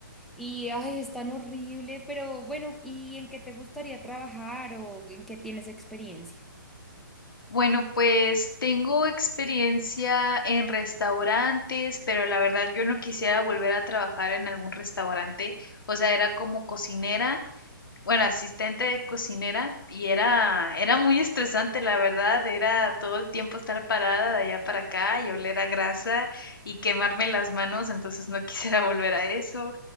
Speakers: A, in the centre; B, on the left (about 75°).
A: y ay, es tan horrible, pero bueno, ¿y en qué te gustaría trabajar o en qué tienes experiencia?
B: Bueno, pues tengo experiencia en restaurantes, pero la verdad yo no quisiera volver a trabajar en algún restaurante, o sea, era como cocinera bueno, asistente de cocinera y era, era muy estresante, la verdad, era todo el tiempo estar parada de allá para acá y oler a grasa y quemarme las manos, entonces no quisiera <laughs> volver a eso.